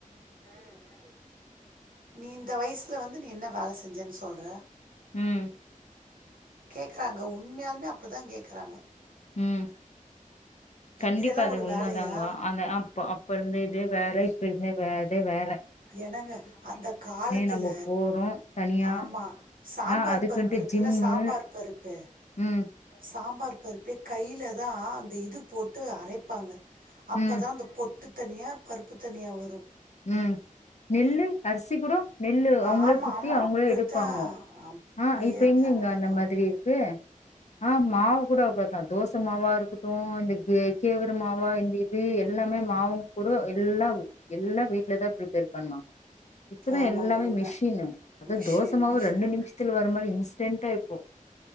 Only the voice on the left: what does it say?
ம்
ம் கண்டிப்பா
அது
உண்மதாங்க
அது அப்ப அப்பருந்த இது வேற அப்பருந்தே வே அதே வேல
நம்ம போறோம் தனியா
ஆ அதுக்குன்ட்டு
ஜிம்மு
ம்
ம்
ம் நெல்லு அரிசி கூடோ நெல்லு அவுங்களே
குத்தி
அவுங்களே
எடுப்பாங்கோ
அஹ் இப்ப எங்கங்க
அந்த மாதிரி இருக்கு அஹ் மாவு கூட அவளத்தா தோச மாவாருக்கட்டு இந்த கே கேவுரு மாவா இந்த இது எல்லாமே மாவு கூட எல்லாவ் எல்லாம் வீட்டுல தா ப்ரிப்பேர் பண்ணுவாங்க இப்பதா
எல்லாமே
மிஷினு அத
தோச மாவு
ரெண்டு நிமிஷத்துல வர மாரி இன்ஸ் டென்ட்டா இப்போ